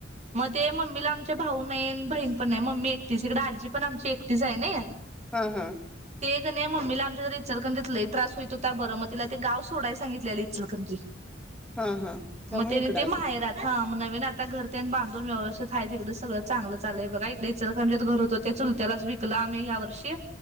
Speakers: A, on the right; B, in the centre.
A: मग ते मम्मीला आमच्या भाऊ नाही. आणि बहीण पण नाही. मम्मी एकटीच इकडं आजी पण आमची एकटीच आहे नई.
B: ह. ह.
A: नाही मम्मीला आमच्या जरा इचलकरंजीत लैई त्रास होईत होता. बरं मग तिला ते गाव सोडाय सांगितलेले इचलकरंजी.
B: हा हा त्यामुळे
A: मग त्यांनी
B: इकडं
A: ते
B: आले
A: माहेरात हां मग नवीन आता घर तेन बांधून व्यवस्थित आहे तिकडं. सगळं चांगलं चाललंय बघा इकडं इचलकरंजीत घर होत ते चुलत्यालाच विकलं आम्ही. यावर्षी.